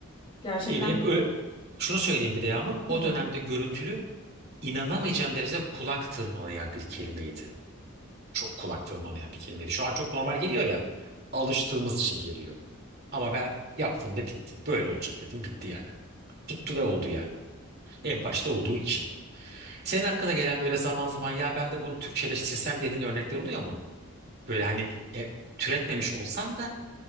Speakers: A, on the left (about 25°); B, on the right (about 50°).
A: gerçekten
B: E, hep ö- şunu söyleyeyim bir de Yağmur. O
A: hı hı.
B: dönemde görüntülü inanamayacağım derecede kulak tırmalayan bir kelimeydi çok kulak tırmalayan bir kelimeydi. Şu an çok normal geliyor ya. Alıştığımız için geliyor. Ama ben yaptım ve bitti. Böyle olacak dedim bitti yani. Tuttu ve oldu yani. En başta olduğu için. Senin hakkına gelen böyle zaman zaman ya ben de bunu Türkçeleştirsem dediğin örnekler oluyor mu? Böyle hani e, türetmemiş olsan da